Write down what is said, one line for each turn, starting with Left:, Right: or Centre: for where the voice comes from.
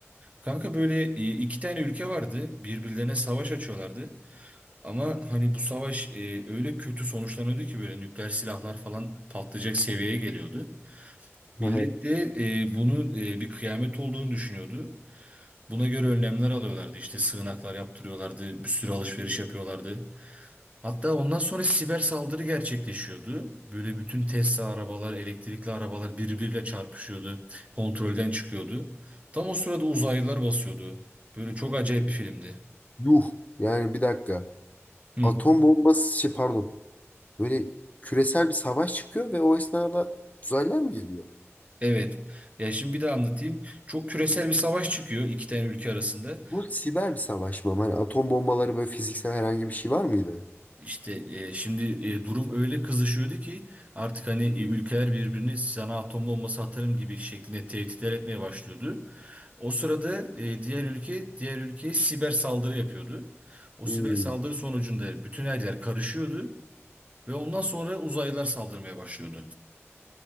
Right: Kanka böyle e, iki tane ülke vardı. Birbirlerine savaş açıyorlardı. Ama hani bu savaş e, öyle kötü sonuçlanıyordu ki böyle nükleer silahlar falan patlayacak seviyeye geliyordu. Millet
Left: aha.
Right: de e, bunun e, bir kıyamet olduğunu düşünüyordu. Buna göre önlemler alıyorlardı. İşte sığınaklar yaptırıyorlardı, bir sürü alışveriş yapıyorlardı. Hatta ondan sonra siber saldırı gerçekleşiyordu. Böyle bütün Tesla arabalar, elektrikli arabalar birbiriyle çarpışıyordu. Kontrolden çıkıyordu. Tam o sırada uzaylılar basıyordu. Böyle çok acayip bir filmdi.
Left: Yuh. Yani bir dakika.
Right: Hı.
Left: Atom bombası, şey pardon. Böyle küresel bir savaş çıkıyor ve o esnada uzaylılar mı geliyor?
Right: Evet. Ya şimdi bir de anlatayım. Çok küresel bir savaş çıkıyor iki tane ülke arasında.
Left: Bu siber bir savaş mı? ama? Hani atom bombaları böyle fiziksel herhangi bir şey var mıydı?
Right: İşte e, şimdi e, durum öyle kızışıyordu ki artık hani e, ülkeler birbirini sana atom bombası atarım gibi şeklinde tehditler etmeye başlıyordu. O sırada e, diğer ülke diğer ülkeye siber saldırı yapıyordu. O
Left: Hmm.
Right: siber saldırı sonucunda bütün her yer karışıyordu ve ondan sonra uzaylılar saldırmaya başlıyordu.